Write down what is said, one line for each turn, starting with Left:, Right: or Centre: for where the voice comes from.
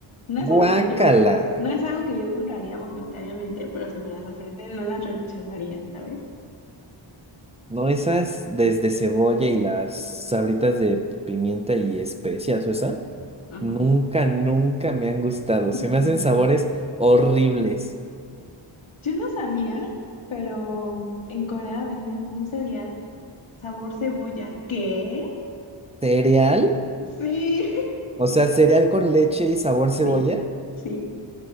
Left: No es
Right: ¡Guácala!
Left: algo que yo, no es algo que yo compraría voluntariamente, pero si me las ofrecen, no las rechazaría, ¿sabes?
Right: No, esas desde cebolla y las sabritas de pimienta y especias, o esa,
Left: Ajá.
Right: nunca, nunca me han gustado. Se
Left: <laughs>
Right: me hacen sabores horribles.
Left: Yo no sabía, pero en Corea venden un cereal sabor cebolla. ¿Qué?
Right: ¿Cereal?
Left: Sí, <laughs>
Right: O sea, cereal con leche y sabor
Left: sí,
Right: cebolla.
Left: sí,